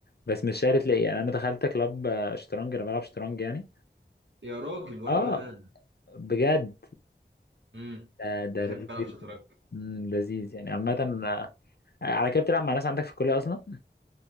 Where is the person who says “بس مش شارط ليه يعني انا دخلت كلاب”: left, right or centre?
Left